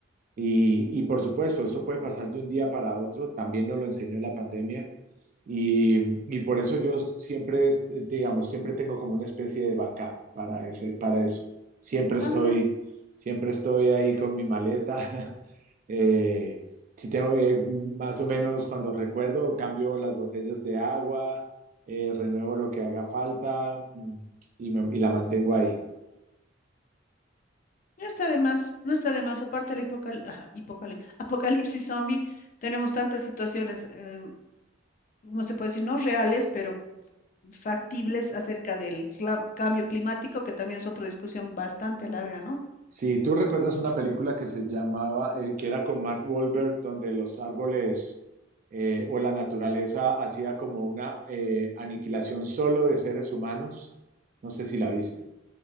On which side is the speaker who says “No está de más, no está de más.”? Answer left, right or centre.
Left